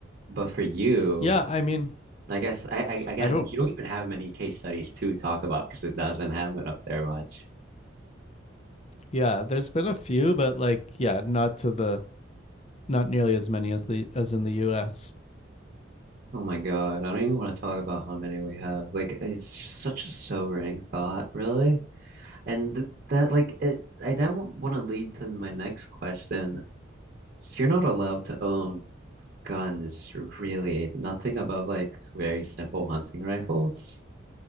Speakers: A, on the right (about 50°); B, on the left (about 35°).
A: But for you,
B: Yeah. I mean,
A: I guess I, I again,
B: I don't,
A: you don't even have many case studies to talk about because it doesn't happen up there much.
B: yeah, there's been a few, but like, yeah, not to the, not nearly as many as the, as in the US.
A: Oh my God, I don't even want to talk about how many we have. Like it's just such a sobering thought, really. And th that like it I then want to lead to my next question. You're not allowed to own guns, really. Nothing above like very simple hunting rifles.